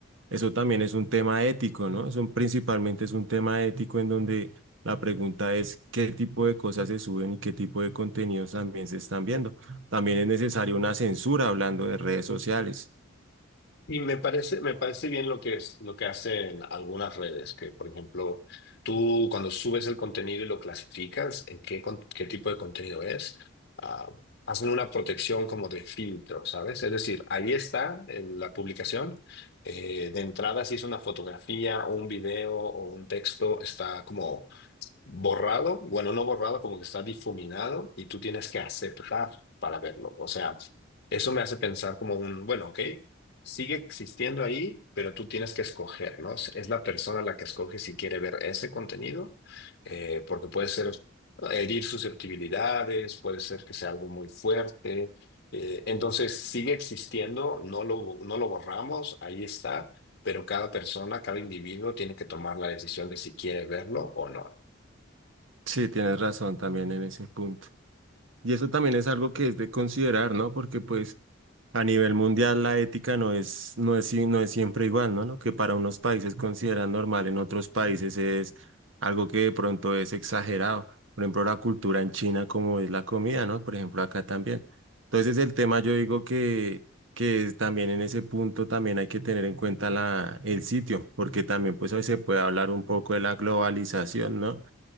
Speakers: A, on the right (about 75°); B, on the left (about 55°).
A: eso también es un tema ético, ¿no? Eso principalmente es un tema ético en donde la pregunta es qué tipo de cosas se suben y qué tipo de contenidos también se están viendo. También es necesaria una censura hablando de redes sociales.
B: y me parece, me parece bien lo que es, lo que hacen algunas redes, que por ejemplo, tú cuando subes el contenido y lo clasificas, en qué, con- qué tipo de contenido es, ah, hacen una protección como de filtro, ¿sabes? Es decir, ahí está en la publicación. eh, de entrada, si es una fotografía o un video o un texto, está como borrado, bueno, no borrado, como que está difuminado y tú tienes que aceptar para verlo. O sea, eso me hace pensar como un, bueno, ok, sigue existiendo ahí, pero tú tienes que escoger, ¿no? Es la persona la que escoge si quiere ver ese contenido, eh, porque puede ser herir susceptibilidades, puede ser que sea algo muy fuerte. Eh, entonces, sigue existiendo, no lo, no lo borramos, ahí está pero cada persona, cada individuo tiene que tomar la decisión de si quiere verlo o no.
A: Sí, tienes razón también en ese punto. Y eso también es algo que es de considerar, ¿no? Porque pues... A nivel mundial, la ética no es, no es, si- no es siempre igual, ¿no? Lo que para unos países consideran normal, en otros países es algo que de pronto es exagerado. Por ejemplo, la cultura en China, como es la comida, ¿no? Por ejemplo, acá también. Entonces, el tema yo digo que, que es también en ese punto también hay que tener en cuenta la, el sitio, porque también pues hoy se puede hablar un poco de la globalización, ¿no?